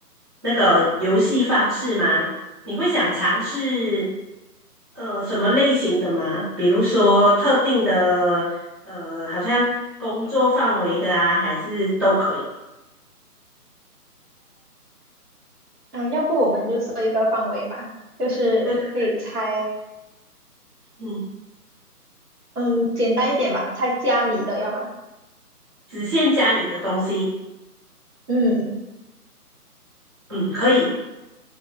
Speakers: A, on the right (about 15°); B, on the right (about 70°).
A: 那个游戏方式吗？你会想尝试呃什么类型的吗？比如说特定的呃，好像工作范围的啊，还是都可以？
B: 啊，要不我们就设一个范围吧，就是可以猜，
A: 对对，嗯，
B: 嗯，简单一点吧，猜家里的，要吧？
A: 只限家里的东西，
B: 嗯，
A: 嗯，可以，